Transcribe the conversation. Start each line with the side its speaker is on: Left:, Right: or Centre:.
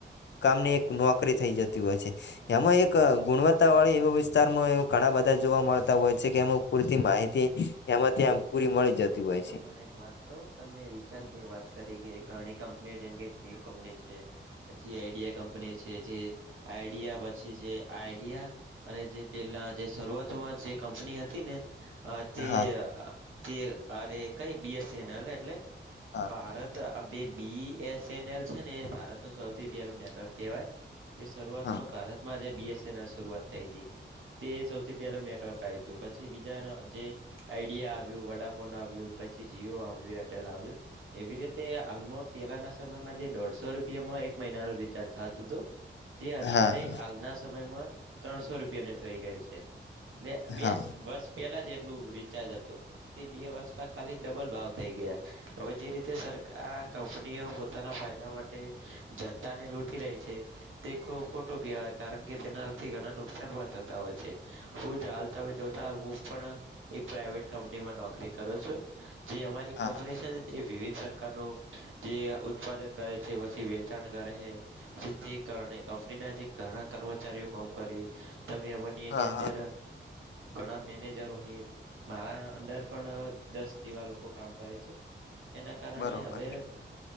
Left: કામની એક નોકરી થઈ જતી હોય છે.
Right: વાત
Left: એમાં
Right: સાચી
Left: એક ગુણવત્તા વાળી એવા વિસ્તારમાં ઘણા બધા જોવા મળતા હોય છે કે એમાં પૂરતી માહિતી એમાં થી એમ પૂરી મળી
Right: બરોબર
Left: જતી હોય
Right: હું તમને
Left: છે.
Right: વાત કું તમે રિચાર્જ ની વાત કરી કે ઘણી કંપનીઓ જેમ કે જીઓ કંપની છે. પછી આઈડિયા કંપની છે જે આઈડિયા પછી જે આઈડિયા અને જે પેલા જે શરૂઆતમાં જે કંપની હતી ને આ તે
Left: હા
Right: તે અરે કઈ બીએસ એન એલ એટલે
Left: હા
Right: ભારત આ બે બી એસ એન એલ છે ને ભારત સૌથી પહેલું નેટવર્ક કહેવાય કે શરૂઆતમાં
Left: હા
Right: ભારતમાં આજે બીએસનલ શરૂઆત થઈ હતી. તે સૌથી પહેલું નેટવર્ક આવી હતું પછી બીજા જે આઈડિયા જિયો વડાફોન આવ્યું પછી જીઓ આવ્યું એરટેલ આવ્યું એવી રીતે હાલમાં પેલાના સમયમાં જે દોઢસો રૂપિયામાં એક મહિનાનું રિચાર્જ થતું હતું જે અત્યારે
Left: હા
Right: હાલના સમયમાં ત્રણસો રૂપિયાનું થઈ ગયું છે. એટલે
Left: હા
Right: બે વર્ષ પેલા જ એટલું રિચાર્જ હતું. તે બે વર્ષમાં ખાલી ડબલ ભાવ થઈ ગયા હવે જે રીતે સરકાર કંપનીઓ વા પોતાના ફાયદા માટે જનતા ને લૂટી રહી છે. તે ખૂબ ખોટો કહેવાય કારણ કે તેનાથી ઘણા નુકસાન પણ થતા હોય છે. હું જ હાલ તમે જોતા હું પણ એક પ્રાઇવેટ કંપનીમાં નોકરી કરું છું. જે અમારી
Left: હા
Right: કંપની છે ને એ વિવિધ નું જે ઉત્પાદન કરે છે પછી વેચાણ કરે છે. તે કારણે કંપની ના જે ઘણા કર્મચારીઓ કોમ કરી તમે એ ને એની
Left: હા
Right: અંદર
Left: હા
Right: ગણા મેનેજર હોય મારા અંડર પણ દસ જેવા લોકો કામ કરે છે એના કારણે
Left: બરોબર
Right: હવે